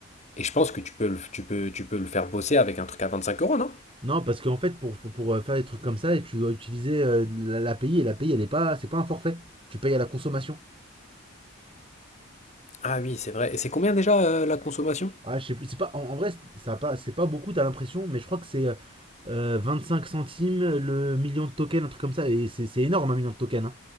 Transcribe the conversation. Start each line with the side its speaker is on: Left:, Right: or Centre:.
Left: et je pense que tu peux le tu peux tu peux le faire bosser avec un truc à vingt-cinq euros non?
Right: Non, parce qu'en fait, pour, pour euh, faire des trucs comme ça, tu dois utiliser euh, la- l'API, et la l'API, elle est pas, c'est pas un forfait. Tu payes à la consommation.
Left: Ah oui, c'est vrai et c'est combien déjà, heu, la consommation?
Right: Ah, je sais plus, c'est pas, en, en vrai, ça a pas, c'est pas beaucoup, t'as l'impression, mais je crois que c'est euh, cinq centimes le million de tokens, un truc comme ça, et c'est c'est énorme un million de tokens. hein.